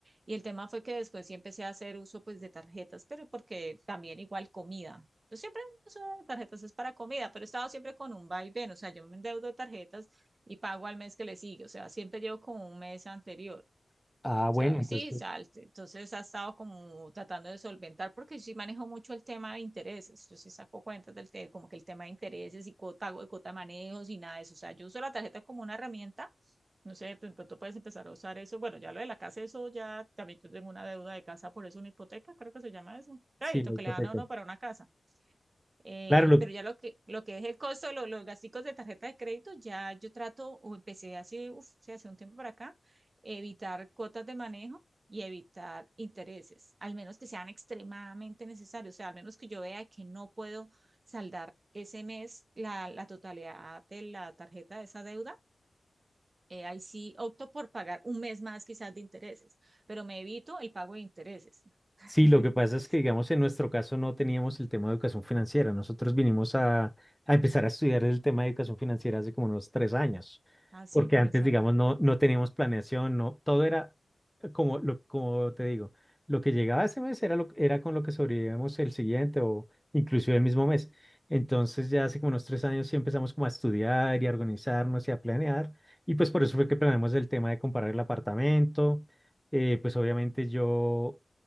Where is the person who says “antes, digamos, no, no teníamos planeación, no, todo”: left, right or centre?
Centre